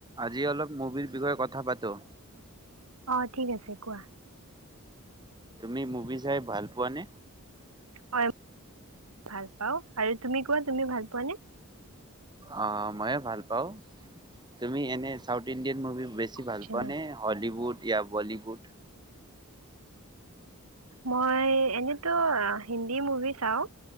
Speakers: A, on the right; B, on the right.
A: আজি অলপ মুভিৰ বিষয়ে কথা পাতো
B: অ ঠিক আছে কোৱা
A: তুমি মুভি চাই ভাল পোৱা নে
B: হয় ভাল পাওঁ আৰু তুমি কোৱা তুমি ভাল পোৱাানে
A: অ মইয়ে ভাল পাওঁ। তুমি এনে চাউথ ইণ্ডিয়ান মুভি বে বেছি ভাল
B: আচ্ছা
A: পোৱা নে হলিউড ই বলীউুড
B: মই এনে টো হিন্দী মুভি চাও